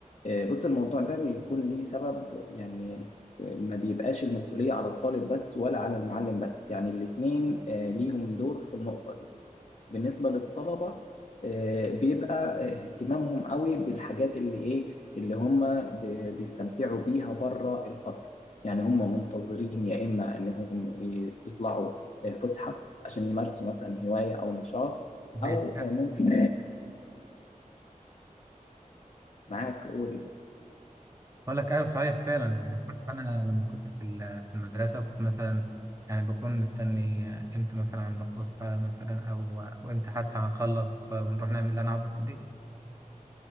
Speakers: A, on the left (about 50°); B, on the right (about 20°).
A: آه، بص الموضوع ده بيكون ليه سبب يعني آه، ما بيبقاش المسؤولية على الطالب بس ولا على المعلم بس يعني الاتنين آه، ليهم دور في النقطة دي بالنسبة للطلبة آه، بيبقى آه، اهتمامهم قوي بالحاجات اللي ايه اللي هم ب- بيستمتعوا بيها بره الفصل يعني هم منتظرين يا اما انهم ي- يطلعوا آه، فسحة عشان يمارسوا مثلا هواية او نشاط
B: يعني
A: او آه، ممكن معاك قول
B: بقول لك ايوه صحيح فعلا يعني حتى انا لما كنت في ال- في المدرسه كنت مثلا يعني بكون مستني امتى مثلا هنروح فسحه مثلا او او امتى حتى هنخلص ونروح نعمل اللي انا عاوزه في البيت